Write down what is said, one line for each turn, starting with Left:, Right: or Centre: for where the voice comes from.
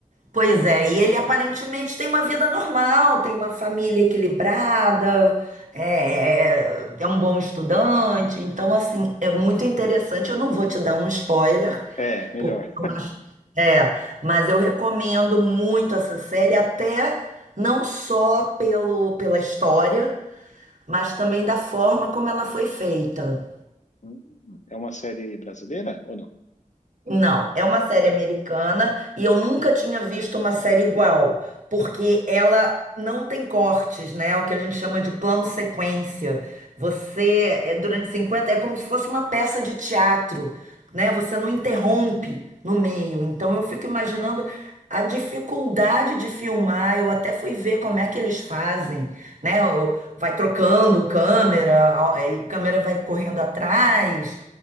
Right: pois é, e ele aparentemente tem uma vida normal, tem uma família equilibrada, é, é é um bom estudante, então, assim, é muito interessante. Eu não vou te dar um spoiler,
Left: É, melhor.
Right: porque eu acho- É, mas eu recomendo muito essa série, até não só pelo, pela história, mas também da forma como ela foi feita.
Left: Hum, É uma série brasileira ou não?
Right: Não, é uma série americana e eu nunca tinha visto uma série igual, porque ela não tem cortes, né? É O que a gente chama de plano sequência. Você, é, durante 50 é como se fosse uma peça de teatro, né? Você não interrompe no meio. Então eu fico imaginando a dificuldade de filmar. Eu até fui ver como é que eles fazem, né? O- Vai trocando câmera, a a câmera vai correndo atrás